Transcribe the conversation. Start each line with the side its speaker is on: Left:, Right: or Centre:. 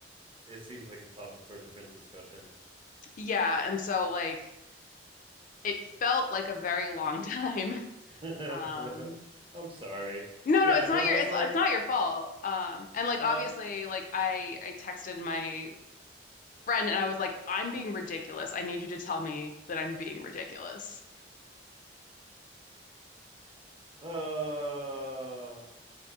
Right: it seems like a topic for a different discussion.
Left: yeah, and so like it felt like a very long time. <laughs>
Right: <laughs>
Left: Um,
Right: I'm sorry.
Left: no,
Right: Yeah,
Left: no, it's not
Right: no,
Left: your
Right: it's
Left: it's
Right: like
Left: it's not your fault. Um, and like
Right: like
Left: obviously, like I I texted my friend and I was like, I'm being ridiculous. I need you to tell me that I'm being ridiculous.
Right: uh